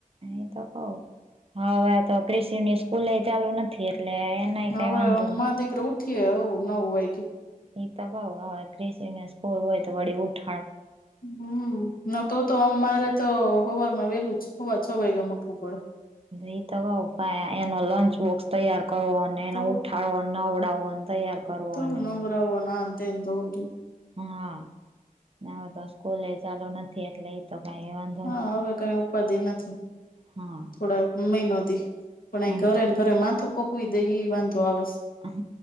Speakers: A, on the right (about 40°); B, on the left (about 80°).
A: એ તો કવ હવે તો ક્રીશું ની સ્કૂલે ચાલુ નથી એટલે એનાય
B: હવે
A: કઈ વાંધો ન
B: મારો દીકરો ઉઠીએ હવ નવ વાગે.
A: ઈ તો કઉ હવે ક્રિશુ સ્કુલ હોય તો વળી ઉઠ
B: હમ ન તો તો અમારે તો હવારમાં વેલું જ હવા છ વાગે ઊઠવું પડે.
A: ઈ તો કઉ એનો લંચ બોક્સ તૈયાર કરવો એને
B: તો
A: ઉઠાડવા નવડાવો ને તૈયાર કરવો
B: તો
A: અને
B: <unintelligible>
A: હા હવે તો સ્કૂલે ચાલુ નથી એટલે <unintelligible>
B: હા હવે કઈ ઉપાધિ નથી
A: હા
B: થોડાક <unintelligible> પણ અહી
A: હમ
B: ઘરે ને ઘરે માથું પકવી દે એ વાંધો આવે સ
A: હ